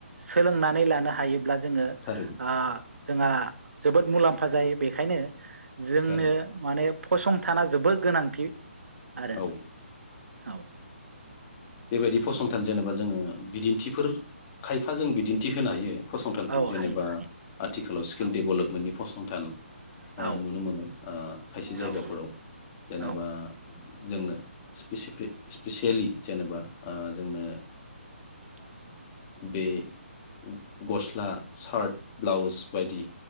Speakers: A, on the right; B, on the left.
A: सोलोंनानै लानो हायोब्ला जोंनो
B: थारैनो
A: ओ जोंहा जोबोद मुलाम्फा जायो बेखायनो जोंनो
B: थारैनो
A: माने फसंथाना जोबोद गोनांथि आरो
B: औ
A: औ
B: बेबायदि फसंथान जेनेबा जोङो बिदिन्थिफोर खायफा जों बिदिन्थि होनो हायो। फसंथानखौ
A: औ
B: जेनेबा
A: हायो हायो
B: आथिलाव स्किल
A: औ
B: डेभेलपमेन्टनि फसंथान
A: औ
B: ओ नुनो मोनो ओ खायसे जायगाफोराव
A: औ
B: जेनेबा
A: औ
B: जोंनो स्पिसेपे स्पिसियेलि जेनेबा ओ जोंनो
A: <unintelligible>
B: बे उग गस्ला सार्ट ब्लाउस बायदि